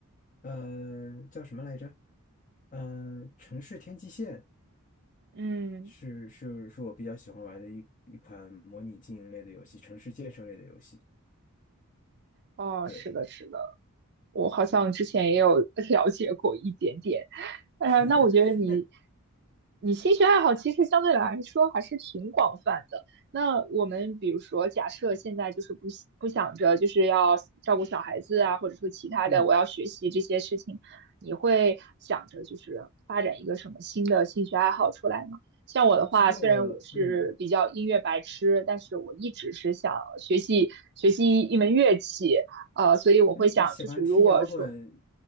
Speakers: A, on the left; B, on the right.
A: 呃叫什么来着？嗯，城市天际线
B: 嗯，
A: 是是是我比较喜欢玩的一一款模拟经营类的游戏，城市建设类的游戏。
B: 哦，
A: 对，
B: 是的，是的。我好像之前也有 <laughs> 了解过一点点。呃，
A: <laughs>
B: 那我觉得你
A: 那
B: 你兴趣爱好其实相对来说还是挺广泛的。那我们比如说，假设现在就是不喜不想着就是要照顾小孩子啊，或者说其他的，
A: 嗯，
B: 我要学习这些事情，你会想着就是发展一个什么新的兴趣爱好出来吗？像我的话，
A: 其实我嗯。
B: 虽然我是比较音乐白痴，但是我一直是想学习学习一门乐器。呃，所以我会想，
A: 你你喜欢听摇滚？
B: 就是如果说，